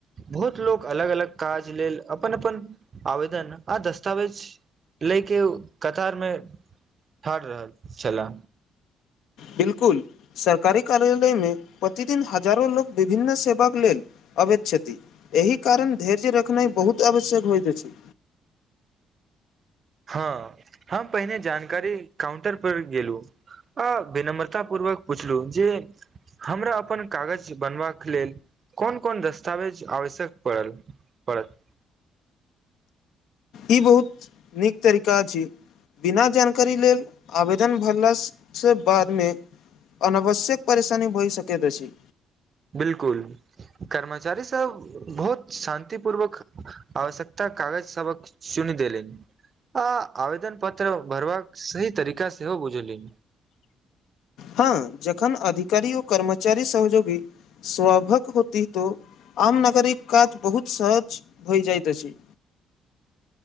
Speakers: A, on the right; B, on the left.
A: बहुत लोक अलग अलग काज लेल अपन अपन आवेदन आ दस्तावेज लैके कतार मे ठाड़ रहल छलै
B: बिल्कुल सरकारी कार्यालयमे प्रतिदिन हजारो लोक विभिन्न सेवाक लेल अबैत छथि एहि कारण धैर्य रखना बहुत आवश्यक होइत छै
A: हँ हम पहिने जानकारी काउंटर पर गेलु अ विनम्रता पूर्वक पूछलू जे हमरा अपन कागज बनबाक लेल कोन कोन दस्तावेज आवश्यक पड़ल पड़त
B: ई बहुत नीक तरीका छी बिना जानकारी लेल आवेदन भरलास से बादमे अनावश्यक परेशानी भइ सकत अछि
A: बिलकुल कर्मचारी सब बहुत शान्ति पूर्वक आवश्यकता कागज सबक चुनि देलनि आ आवेदन पत्र भरबाक सही तरीका सेहो बुझली
B: हँ जखन अधिकारी ओ कर्मचारी सहजोगी स्वाभक होती त आम नागरिक काज बहुत सहज भैय जाइत अछि